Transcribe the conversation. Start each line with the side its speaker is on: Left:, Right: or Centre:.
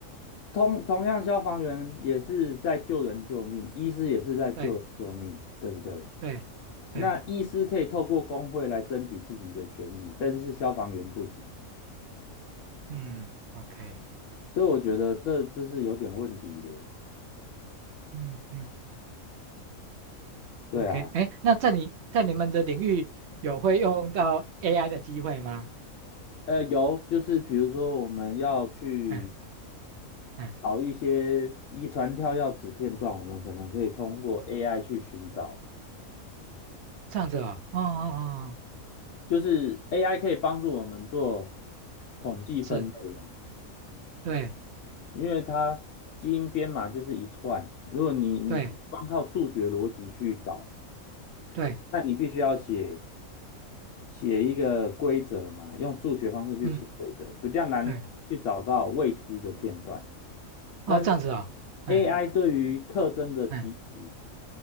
Left: 同同样，消防员也是在救人救命，医师也是在救人救命，
Right: 对
Left: 对不对？
Right: 对对，
Left: 那医师可以透过工会来争取自己的权益，但是消防员不行，
Right: 嗯，OK，
Left: 所以我觉得这这是有点问题的。
Right: 嗯嗯嗯
Left: 对啊，
Right: ，OK，哎，那在你在你们的领域有会用到 AI 的机会吗？
Left: 呃，有就是比如说我们要去
Right: 嗯嗯，
Left: 找一些遗传跳药子片段，我们可能可以通过 AI 去寻找。
Right: 这样子哦，哦哦哦，
Left: 就是 AI 可以帮助我们做统计分类啊，
Right: 是，对
Left: 因为它基因编码就是一串，如果你你光靠数学逻辑去找，
Right: 对对。
Left: 那你必须要写写一个规则嘛，用数学方式去写规则，
Right: 嗯，
Left: 比较难去找到未知的片段。
Right: 对，
Left: 但是
Right: 哦，这样子哦，嗯
Left: AI 对于特征的提取，
Right: 嗯，